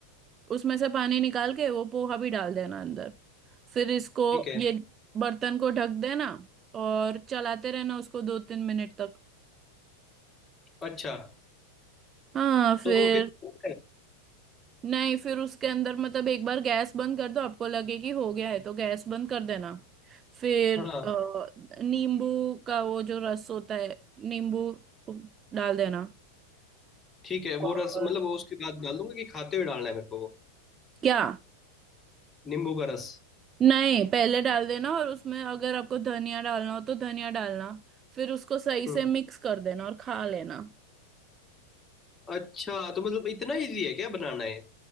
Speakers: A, on the right (about 25°); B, on the left (about 15°).
A: उसमें से पानी निकाल के वो पोहा भी डाल देना अंदर फिर इसको
B: ठीक है
A: ये बर्तन को ढक देना और चलाते रहना उसको दो तीन मिनट तक
B: अच्छा
A: हाँ फिर
B: तो फिर हो
A: नहीं फिर उसके अंदर मतलब एक बार गैस बंद कर दो आपको लगे कि हो गया है तो गैस बंद कर देना फिर
B: जाएगा। हाँ
A: अ, नींबू का वो जो रस होता है नींबू को डाल देना
B: ठीक है
A: और
B: वो रस मतलब वो उसके बाद डाल दूंगा कि खाते हुए डालना है मेरे को वो
A: क्या
B: नींबू का रस
A: नहीं पहले डाल देना और उसमें अगर आपको धनिया डालना हो तो धनिया डालना फिर उसको सही
B: हम्म
A: से मिक्स कर देना और खा लेना
B: अच्छा तो मतलब इतना इजी है क्या बनाना है